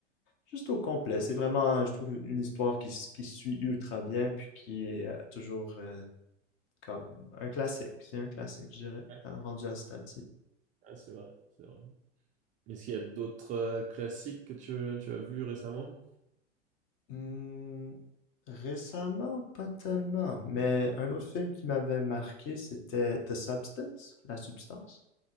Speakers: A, on the left; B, on the right.
A: juste au complet. C'est vraiment, je trouve, une histoire qui, s- qui suit ultra bien, puis qui est euh, toujours. euh, Comme un classique. C'est un classique, je dirais.
B: Ouais,
A: euh, Rendu à ce Ouais.
B: ouais, c'est vrai, c'est vrai. Est-ce qu'il y a d'autres euh, classiques que tu, tu as vus récemment?
A: Hmm, récemment, pas tellement. Mais un autre film qui m'avait marqué, c'était The Substance, La Substance.